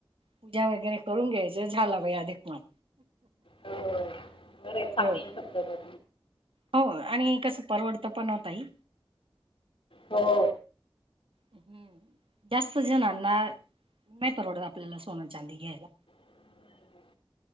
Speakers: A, on the right; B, on the left.
A: पूजा वगैरे करून घ्यायचं झाला बाई अधिकमास.
B: हो, बर हाय चांगली
A: हो
B: पद्धत हाय.
A: हो आणि कसं परवडतं पण हो ताई.
B: हो.
A: हम्म जास्त जणांना नाही परवडत आपल्याला सोन चांदी घ्यायला.
B: <unintelligible>